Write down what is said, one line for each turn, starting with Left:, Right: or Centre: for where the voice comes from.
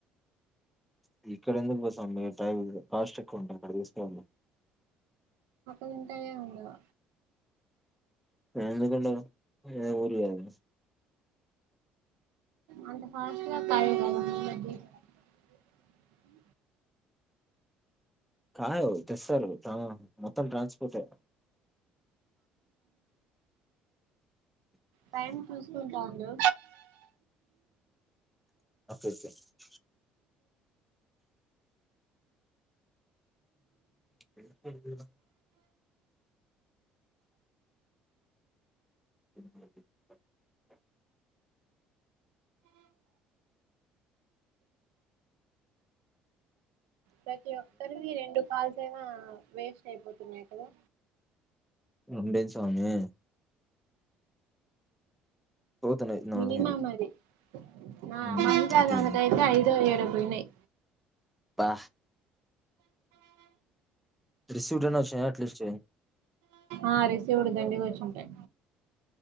Centre: ఇక్కడ ఎందుకు పోస్తాం మీరు టై కాస్ట్ ఎక్కువ ఉంటాది అక్కడ తీసుకున్నావాళ్ళు
Right: ఉంటాయో వుండవో
Centre: ఎందుకుండావ్ ఇదేం ఊరు కాదా
Right: అంత ఫాస్ట్ గా కాయావ్ కదా <unintelligible>
Centre: కాయవు తెస్తారు టా మొత్తం ట్రాన్స్పోర్ట్ ఏ.
Right: టైం చూసుకుంటా ఉండు.
Centre: ఓకే ఓకే <unintelligible> <unintelligible>
Right: ప్రతి ఒక్కరివి రెండు కాల్స్. అంతే ఆ వేస్ట్ అయిపోతున్నాయి కదా.
Centre: రోండెందీ స్వామి. పోతున్నాయి నాలుగైదు.
Right: మినిమం అది నా
Centre: ఉమ్,
Right: ఇంకా
Centre: అది
Right: దానికైతే ఐదో ఏడో. పోయినాయి.
Centre: ఆహ్. రిసీవ్డ్ అని ఓ షర్ట్ లిస్ట్ చెయ్యి.
Right: ఆ రిసీవ్డ్ దండిగా ఒచ్చీఉంటాయి.